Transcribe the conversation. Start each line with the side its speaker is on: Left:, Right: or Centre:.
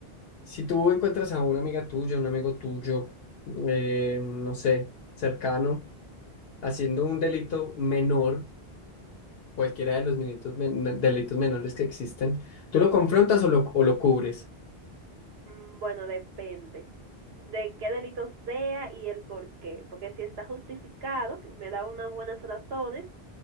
Left: Si tú encuentras a una amiga tuya, un amigo tuyo, eh, no sé, cercano, haciendo un delito menor, cualquiera de los minitos men- delitos menores que existen, ¿tú lo confrontas o lo, o lo cubres?
Right: Mm, Bueno, depende de qué delito sea y el por qué, porque si está justificado, y me da unas buenas razones,